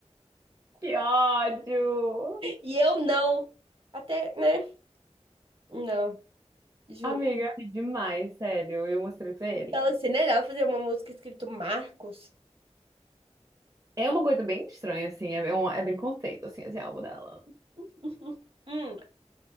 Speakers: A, on the right; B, on the right.
A: Que ódio!
B: E eu não. Até, né? Não, juro.
A: Amiga, eu ri demais, sério. Eu mostrei pra ele.
B: Então, assim, né? Ela fazer uma música escrito Marcos.
A: É uma coisa bem estranha, assim. É, um, é bem conceito, assim, esse álbum dela.
B: <laughs> Hum,